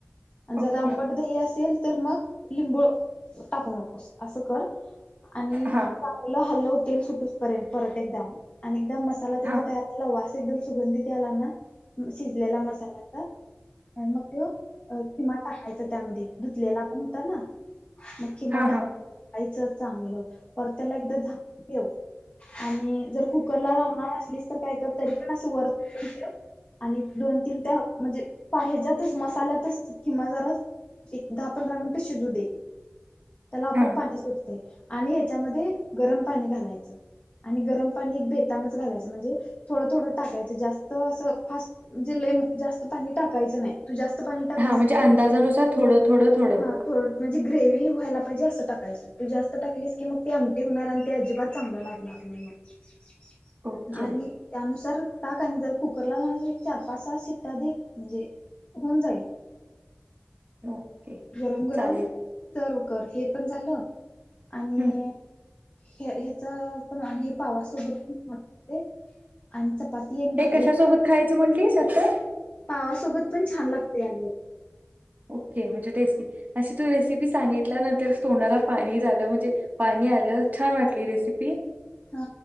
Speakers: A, on the left (about 40°); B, on the right (about 40°).
A: आणि जर
B: ओके
A: आंबट दही असेल तर मग लिंबू टाकू नकोस. असं कर. आणि
B: हां
A: चांगलं हालव. तेल सुटूस पर्यंत परत एकदा आणि मसाला त्याचा
B: हां
A: तयार झाला वास त एकदम सुगंधीत याला ना शिजलेला मसाल्याचा आणी मक त्यो अ खिमा टाक. खायच त्यामध्ये धुतलेला पण होत ना मग खिमा
B: हां
A: टाक
B: हां
A: ऐक ज चांगलं पर त्याला एकदा झा ठेव. <inaudible> आणि जर कुकरला लावणार असलीस तर काय कर तरी पण असं वर तेन ठेव. आणि दोन, तीन त्या म्हणजे पाहीजे तस मसाल्यातच खिमा जरा एक, दहा, पंधरा मिनिट शिजू दे. त्याला आपोआप
B: हां
A: पाणी सुटते. आणि ते च्यामध्ये गरम पाणी घालायचं. आणि गरम पाणी बेतानच घालायचं म्हणजे थोडं थोडं टाकायचं जास्त असं फास म्हणजे लय जास्त पाणी टाकायचं नाही. तू जास्त पाणी टाकलीस
B: हा म्हणजे
A: की ते
B: अंदाजानुसार थोडं, थोडं, थोडं.
A: हा म्हणजे ग्रेव्ही व्हायला पाहिजे अस टायचं पन जास्त टाकलीस की मग ती आमटी होणार आणि ते अजिबात चांगलं लागणार नाही मग
B: ओके
A: आणि त्यानुसार टाका आणि जर कुकरला लावले चार पाच सहा शिट्ट्या दे म्हणजे होऊन जाईल.
B: ओके
A: गरम गरम
B: चालेल
A: तर कर हे पण झालं आणि
B: हं
A: हे ह्याच पण हे पावासोबत प पणदे आणि चपाती आणि भाकरी
B: हे कशासोबत खायचं म्हंटलीस आता.
A: पावासोबत पण छान लागते अगं
B: ओके म्हणजे टेस्टी अ तू रेसिपी सांगितल्यानंतर तोंडाला पाणी झालं म्हणजे पाणी आलं छान वाटली रेसिपी.
A: हा